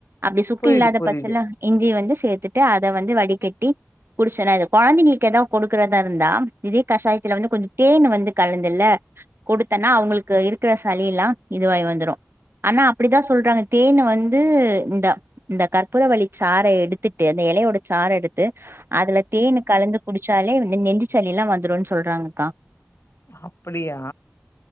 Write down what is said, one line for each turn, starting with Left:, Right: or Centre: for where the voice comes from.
Right: அப்டி சுக்கு
Left: புரியுது
Right: இல்லாத
Left: புரியுது.
Right: பட்சல இஞ்சி வந்து சேத்துட்டு அத வந்து வடிகட்டி குடிச்சனா இத கொழந்தைங்களுக்கு எதாவ் கொடுக்கறதா இருந்தா இதே கஷாயத்துல வந்து கொஞ்ச தேன் வந்து கலந்துல கொடுத்தன்னா அவங்களுக்கு இருக்கிற சளி எல்லா இதுவாயி வந்துரு ஆனா அப்படிதா சொல்றாங்க தேன் வந்து இந்த இந்த கற்பூரவல்லி சாற எடுத்துட்டு அந்த எலையோட சாற எடுத் து அதுல தேன் கலந்து குடிச்சாலே நெ நெஞ்சு சளி எல்லா வந்துருன் சொல்றாங்கக்கா
Left: அப்படியா